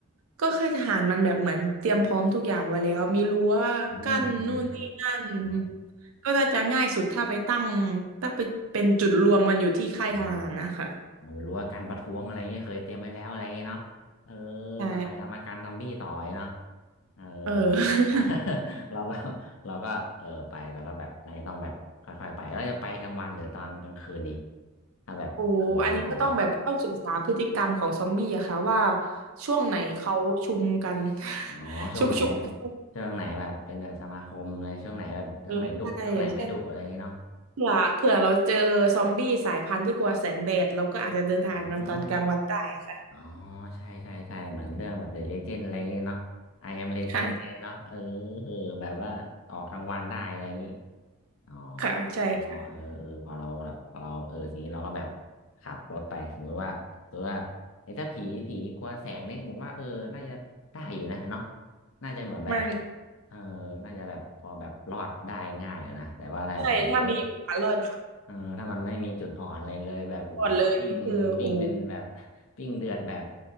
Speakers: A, on the right (about 80°); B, on the left (about 70°).
A: ก็ค่ายทหารมันแบบเหมือนเตรียมพร้อมทุกอย่างไว้แล้วมีรั้ว
B: อืมอืม
A: กั้นนู่นนี่นั่น
B: อืม
A: ก็น่าจะง่ายสุดถ้าไปตั้งตั้งไปเป็นจุดรวมกันอยู่ที่ค่ายทหารนะคะ
B: อืม เออรั้วกันประท้วงอะไรเงี้ยเคยเตรียมไว้แล้วอะไรเงี้ยเนาะเออ
A: ใช่
B: ทำไมเอามาการซอมบี้ต่อยเนาะเออ <laughs>
A: เออ <laughs>
B: เราก็เราก็เออไปแล้วก็แบบน่าจะต้องแบบค่อยๆไปแล้วจะไปกลางวันหรือตอนกลางคืนดีถ้าแบบเออต้องไปละ
A: โอ้อันนี้ก็ต้องแบบต้องศึกษาพฤติกรรมของซอมบี้อะค่ะว่าช่วงไหนเขาชุมกัน
B: อ๋อช่วงไหนอะ
A: <laughs> ชุกชุมกัน
B: ช่วงไหนแบบเป็นแบบสมาคมเลยช่วงไหนแบบช่วงไหนดุช่วงไหนไม่ดุอะไรเงเงี้ยเนาะ
A: เลยใช่อย่างเช่น เผื่อเผื่อเราเจอซอมบี้สายพันธุ์ที่กลัวแสงแดดเราก็อาจจะเดินทางกันตอนกลางวันได้ค่ะ
B: อืม อ๋อใช่ใช่ใช่เหมือนเรื่องแบบ The Legend อะไรอย่างเงี้ยเนาะ I am Legend
A: ค่ะ
B: ไงยเนาะเออเออแบบว่าออกรางวัลได้อะไรอย่างงี้อ๋อ
A: ค่ะใช่ค่ะ
B: อ๋อเออเออพอเราแบบพอเราเออทีนี้เราก็แบบขับรถไปสมมติว่าสมมติว่าไอ้ถ้าผีผีกลัวแสงนี่ผมว่าเออน่าจะได้อยู่นะเนาะ น่าจะเหมือนแบบ
A: มัน
B: เออน่าจะแบบพอแบบรอดได้ง่ายอะนะ แต่ว่าแบบโอ้โห
A: ใช่ถ้ามีโอกาสรอด
B: เออถ้ามันไม่มีจุดอ่อนเลยเลยแบบโอ้โหวิ่งวิ่งเป็นแบบ
A: รอดเลยนี่คือโอ้
B: <laughs> วิ่งเดือดแบบ